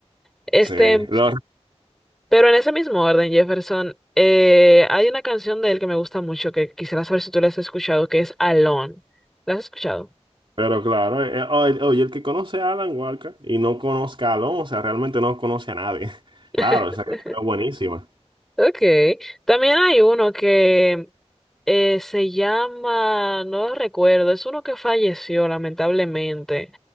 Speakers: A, in the centre; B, on the right.
A: Este,
B: Sí, lo-
A: pero en ese mismo orden, Jefferson, eh, hay una canción de él que me gusta mucho, que quisiera saber si tú la has escuchado, que es Alone. ¿La has escuchado?
B: pero claro, eh, eh, oye, oye, el que conoce a Alan Walker y no conozca a Alonso, o sea, realmente no conoce a nadie. <laughs>
A: <laughs>
B: Claro, esa canción es buenísima.
A: Okay. También hay uno que eh, se llama, no lo recuerdo, es uno que falleció lamentablemente.